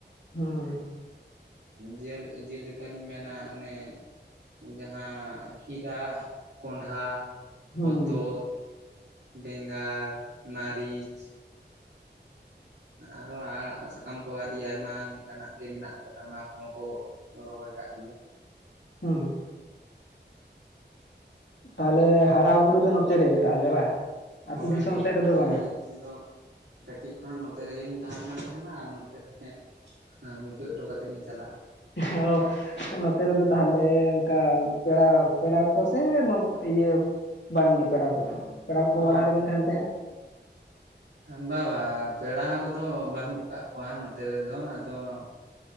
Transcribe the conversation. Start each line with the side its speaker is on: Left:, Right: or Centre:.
Left: ᱦᱩᱸ
Right: ᱡᱮ ᱡᱮᱞᱮᱠᱟᱞᱤᱧ ᱢᱮᱱᱟ ᱚᱱᱮ ᱼᱼ ᱡᱟᱦᱟᱸ ᱠᱷᱤᱨᱟ ᱠᱚᱸᱰᱷᱟ
Left: ᱦᱩᱸ
Right: ᱦᱚᱛᱚᱛ। ᱵᱮᱸᱜᱟᱲ ᱢᱟᱹᱨᱤᱪ। ᱟᱨᱚᱦ ᱟᱲᱟᱜ ᱥᱟᱠᱟᱢ ᱠᱚ ᱟᱹᱰᱤ ᱟᱭᱢᱟ ᱞᱮᱠᱟᱱᱟᱜ ᱜᱮ ᱢᱮᱱᱟᱜ ᱟᱠᱟᱫᱟ᱾ ᱚᱱᱟ ᱠᱚᱦᱚᱸ ᱠᱚ ᱼᱼ ᱨᱚᱦᱚᱭ ᱠᱟᱜ ᱜᱮᱭᱟ।
Left: ᱦᱩᱸ ᱛᱟᱦᱟᱞᱮ ᱦᱟᱨᱟ ᱵᱩᱨᱩ ᱫᱚ ᱱᱚᱛᱮ ᱨᱮᱜᱮ ᱛᱟᱦᱟᱞᱮ ᱵᱟ᱾ ᱟ
Right: ᱦᱳᱭ
Left: ᱟᱹᱛᱩ ᱫᱤᱥᱚᱢ
Right: ᱦᱳᱭ
Left: ᱥᱮᱫ
Right: ᱱᱚᱛᱮ
Left: ᱨᱮᱫᱚ
Right: ᱨᱮᱜᱮ
Left: ᱵᱟᱝᱟ?
Right: ᱤᱧ ᱫᱚ ᱠᱟᱹᱴᱤᱡ ᱠᱷᱚᱱᱟᱜ ᱱᱚᱛᱮ ᱨᱮᱜᱮᱞᱤᱧ ᱛᱟᱦᱮᱱ ᱠᱟᱱ ᱛᱟᱦᱮᱱᱟ᱾ ᱟᱨ ᱱᱚᱛᱮ ᱨᱮ ᱼᱼ ᱦᱮᱸ ᱢᱩᱪᱟᱹᱫ ᱦᱚᱴᱚ ᱠᱟᱛᱮᱫ ᱞᱤᱧ ᱪᱟᱞᱟᱜᱼᱟ।
Left: ᱦᱚ ᱱᱚᱛᱮ ᱨᱮᱫᱚ
Right: ᱦᱳᱭ
Left: ᱛᱟᱦᱟᱞᱮ ᱚᱱᱠᱟ ᱼᱼ ᱯᱮᱲᱟ ᱯᱮᱲᱟ ᱠᱚ ᱥᱮ ᱱᱚᱝ ᱤᱭᱟᱹ ᱵᱟᱝᱜᱮ ᱯᱮᱲᱟ ᱠᱚᱫᱚ? ᱯᱮᱲᱟ ᱠᱚ
Right: ᱚ
Left: ᱚᱲᱟᱜ ᱨᱮᱵᱤᱱ ᱛᱟᱦᱮᱱ <inaudible>
Right: ᱵᱟᱝ ᱵᱟᱝ ᱯᱮᱲᱟ ᱠᱚᱫᱚ ᱵᱟᱹᱱᱩᱜ ᱠᱟᱜ ᱠᱚᱣᱟ ᱱᱚᱛᱮ ᱨᱮᱫᱚ᱾ ᱟᱫᱚ ᱼᱼ